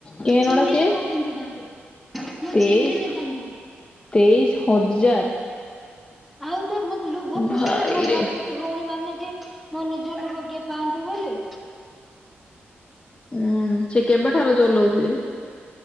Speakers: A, on the left; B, in the centre.
A: କେ ନଡା
B: ଚିହ୍ନିଲି
A: ସିଏ
B: ମୁଁ କିନ୍ତୁ ତାଙ୍କୁ। ମୁଁ
A: ତେଇଶ
B: ଚିହ୍ନିନି ତାଙ୍କୁ
A: ତେଇଶି ହଜାର।
B: ଆଉ ତ ମତେ ଲୋଭ ପୋଷିଲେ
A: ଭାଇରେ
B: ମୋ ଭାଇ ଭଉଣୀ ମାନେ କି ମୋ ନିଜ ଲୋକ କିଏ ପାଆନ୍ତୁ ବୋଲି।
A: ହୁଁ ସେ କେବେଠାରୁ ଚଲଉଛି?